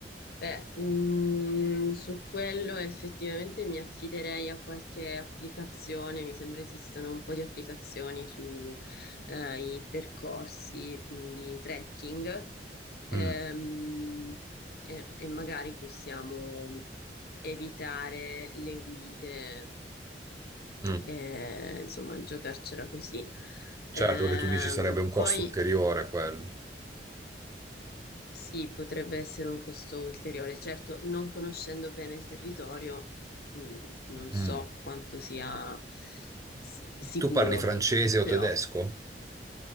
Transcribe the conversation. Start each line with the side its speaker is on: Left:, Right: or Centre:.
Left: Beh, mm, su quello effettivamente mi affiderei a qualche applicazione, mi sembra esistano un po' di applicazioni su eh, i percorsi mm, di trekking
Right: Mm.
Left: Ehm, e, e magari possiamo evitare le guide,
Right: Mm.
Left: eh, insomma, giocarcela così.
Right: Certo,
Left: Ehm,
Right: perché tu dici sarebbe un costo
Left: poi
Right: ulteriore quello.
Left: Sì, potrebbe essere un costo ulteriore. Certo, non conoscendo bene il territorio, mh, non
Right: Mm.
Left: so quanto sia s- sicuro,
Right: Tu parli francese o
Left: però
Right: tedesco?